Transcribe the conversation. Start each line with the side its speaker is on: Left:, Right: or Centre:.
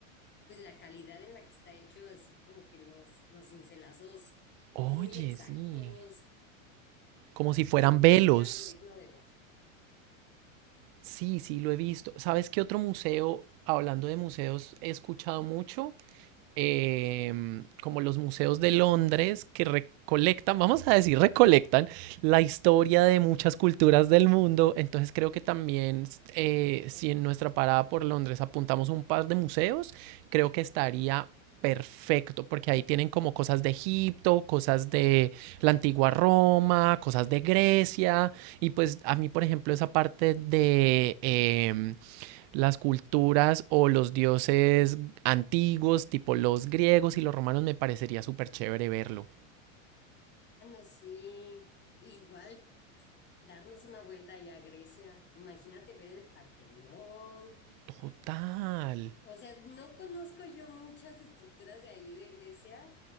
Left: pues la calidad en la que está hecho, así como que los, los cincelazos
Right: Oye,
Left: muy exactos,
Right: sí. Como si fueran
Left: también
Right: velos.
Left: sería algo digno de ver.
Right: Sí, sí, lo he visto. ¿Sabes qué otro museo, hablando de museos, he escuchado mucho? eh, como los museos de Londres que recolectan, vamos a decir, recolectan la historia de muchas culturas del mundo. Entonces creo que también eh, si en nuestra parada por Londres apuntamos un par de museos, creo que estaría perfecto, porque ahí tienen como cosas de Egipto, cosas de la antigua Roma, cosas de Grecia, y pues a mí, por ejemplo, esa parte de em, las culturas o los dioses antiguos, tipo los griegos y los romanos, me parecería súper chévere verlo.
Left: Ah, no, sí, igual darnos una vuelta allá a Grecia, imagínate ver el Partenón.
Right: Total.
Left: O sea, no conozco yo muchas estructuras de ahí de Grecia,